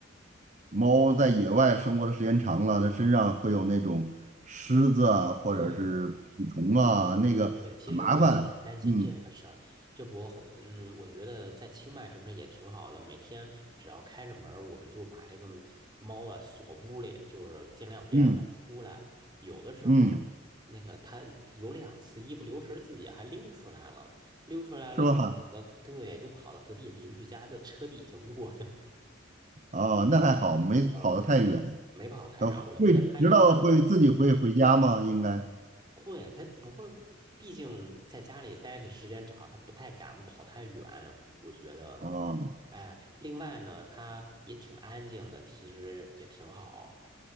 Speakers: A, on the right; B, on the right.
A: 猫在野外生活的时间长了，它身上会有那种虱子啊，或者是蜱虫啊，
B: 对，对对对，
A: 那个很麻烦。
B: 其实我也是担心这个事儿。
A: 嗯
B: 这不后，嗯，我觉得在清迈这不是也挺好的，每天只要开着门儿，我们就把这个猫啊锁屋里，就是尽量别让它出来。
A: 嗯
B: 有的时候，
A: 嗯，
B: 那个它有两次一不留神自己还溜出来了，溜出来了就呃，
A: 是吧？
B: 对，就跑到隔壁邻居家的车底下卧的。
A: 啊，那还好，没跑得太远。
B: <laughs> 嗯，没跑太远，
A: 呃，
B: 我觉得它也
A: 会知道会自己会回家吗？应该
B: 会，他不会，毕竟在家里待的时间长，他不太敢跑太远。我觉得，
A: 啊，
B: 哎，另外呢，他也挺安静的，其实也挺好。